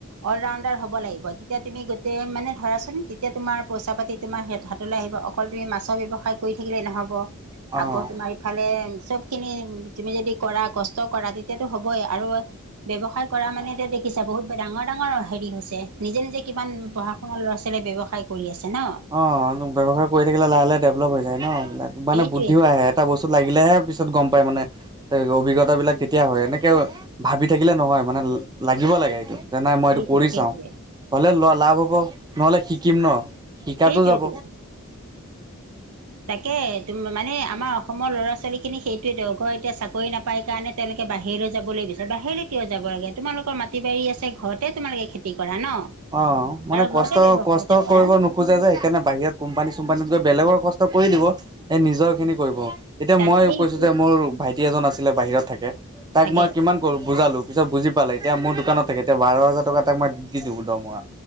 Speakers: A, on the right; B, on the right.
A: অল ৰাউণ্ডাৰ হব লাগিব, তেতিয়া তুমি গোটেই মানে ধৰাচোন তেতিয়া তোমাৰ পইচা পাতি তোমাৰ হাতলৈ আহিব অকল তুমি মাছৰ ব্যৱসায় কৰি থাকিলে নহ'ব।
B: অঁ
A: আকৌ তোমাৰ ইফালে চব খিনি তুমি যদি কৰা কষ্ট কৰা তেতিয়াতো হ'বই আৰু ব্যৱসায় কৰা মানে এতিয়া দেখিছা বহুত ডাঙৰ ডাঙৰ হেৰি হৈছে নিজে নিজে কিমান পঢ়া ল'ৰা ছোৱালীয়ে ব্যৱসায় কৰি আছে ন।
B: অ' ব্যৱসায় কৰি থাকিলে লাহে লাহে ডেভেলপ হৈ যায় ন এইবিলাক মানে
A: সেইটোৱেইটো
B: বুদ্ধিও আহে এটা বস্তুত লাগিলেহে পিছত গম পাই মানে। অভিজ্ঞতা বিলাক তেতিয়া হয় এনেকে ভাবি থাকিলে নহয় মানে লাগিব লাগে এইটো। যে নাই মই
A: সেইটোৱে
B: এইটো কৰি
A: সেইটোৱে
B: চাও হ'লে ল লাভ হ'ব নহ'লে শিকিম ন। শিকাতো
A: সেইটোৱেইটো
B: যাব।
A: তাকে, তুমি মানে আমাৰ অসমৰ ল'ৰা ছোৱালী খিনি সেইটোৱে দৰকাৰ এতিয়া চাকৰি নাপ পাই কাৰণে তেওঁলোকে বাহিৰলৈ যাবলৈ বিচাৰে বাহিৰলৈ কিয় যাব লাগে। তোমালোকৰ মাটি বাৰী আছে ঘৰতে তোমাৰ খেতি খেতি কৰা ন।
B: অ, মানে
A: বাৰু
B: কষ্ট-কষ্ট
A: ঘৰতে ব্যৱসায় এটা কৰা
B: কৰিব নো খোজে যে সেইকাৰণে বাহিৰত কোম্পানী চোম্পানীত গৈ বেলেগৰ কষ্ট কৰি দিব এই নিজৰ খিনি কৰিব। এতিয়া
A: তাকেইতো
B: মই কৈছো যে মোৰ ভাইটি এজন আছিলে বাহিৰত থাকে। তাক
A: তাকে
B: মই কিমান বুজালো পিছত বুজি পালে এতিয়া মোৰ দোকানত থাকে এতিয়া বাৰ হাজাৰ টকা তাক মই দি দিওঁ দৰমহা।